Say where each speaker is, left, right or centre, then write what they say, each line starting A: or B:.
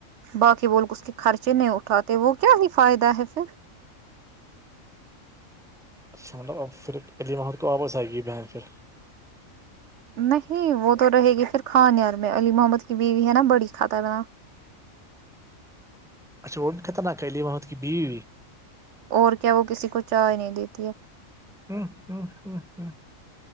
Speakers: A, on the right; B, in the centre.
A: باقی بولگ اس کے خرچے نہیں اٹھاتے وہ کیا نہیں فائدہ ہے پھر
B: اچھا مطلب پھر علیمحد کو واپس آئے گی بہن پھر
A: نہیں وہ تو رہے گی پھر کھانیار میں علی محمد کی بیوی ہے نا بڑی خھاترا
B: اچھا وہ بھی خرناک لی ہے وہاں کی بیو ہوی
A: اور کیا وہ کسی کو چائے نہیں دیتی ہے
B: ا ا ا آ